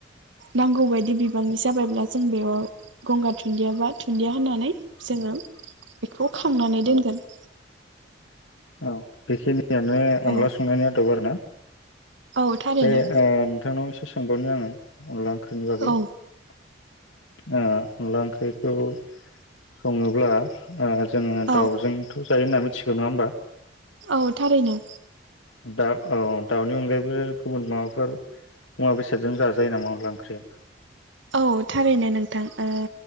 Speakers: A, on the right; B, on the left.
A: नांगौ बायदि बिबांनि जाबायब्ला जों बेयाव गंगार दुन्दिया बा दुन्दिया होनानै जोङो बेखौ खांनानै दोनगोन।
B: औ बेखिनि यानो अनला
A: औ
B: संनायनि आदब आरोना
A: औ थारैनो
B: बे ओ नोंथांनाव एसे सोंबावनि आङो। अनला ओंख्रिनि बागै।
A: औ
B: ओ अनला ओंख्रिखौ सङोब्ला ओ जोङो
A: औ
B: दाउजोंथ' जायो होनना मि थिगौ नङा होमबा?
A: औ थारैनो।
B: दाउ औ दाउनि अनगायैबो गुबुन माबाफोर मुवा बेसादजों जाजायो नामा अनला ओंख्रिया?
A: औ थारैनो नोंथां ओ